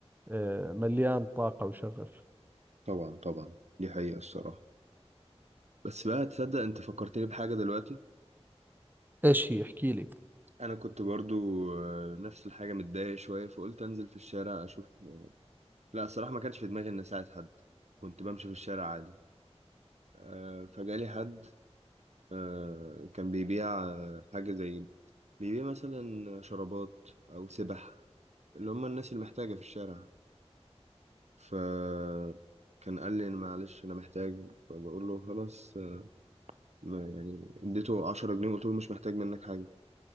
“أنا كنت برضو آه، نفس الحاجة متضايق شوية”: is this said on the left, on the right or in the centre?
Right